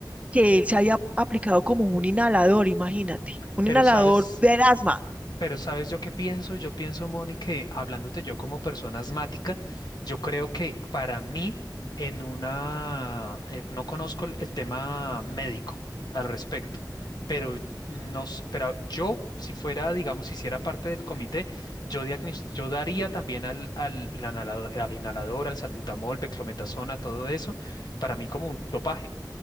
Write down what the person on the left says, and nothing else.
Pero
sabes,
Pero ¿sabes yo qué pienso? Yo pienso, Moni, que hablándote yo como persona asmática, yo creo que para mí, en una, eh, no conozco el el tema médico al respecto, pero, nos, pero yo, si fuera, digamos, si hiciera parte del comité, yo, diagnos- yo daría también al, al, inhalador, al inhalador, al salbutamol, beclometasona, todo eso, para mí como un dopaje